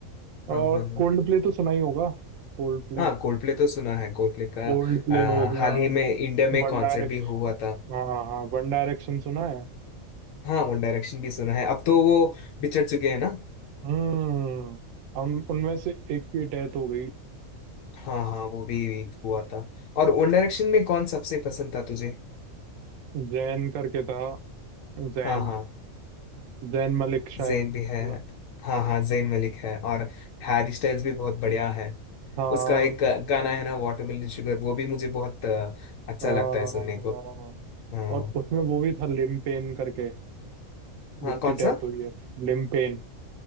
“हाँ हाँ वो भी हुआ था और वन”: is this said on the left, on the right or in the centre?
Left